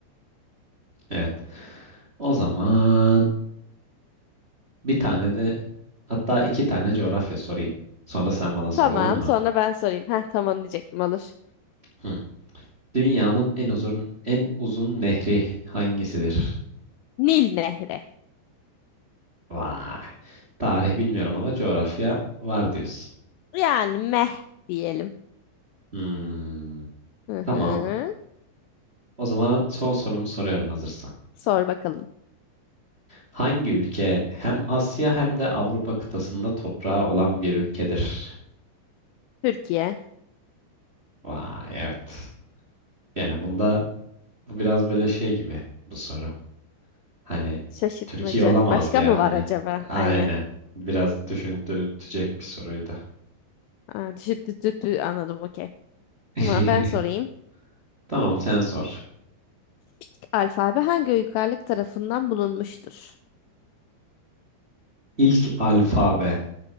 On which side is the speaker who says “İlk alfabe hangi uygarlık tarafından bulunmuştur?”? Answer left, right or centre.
Left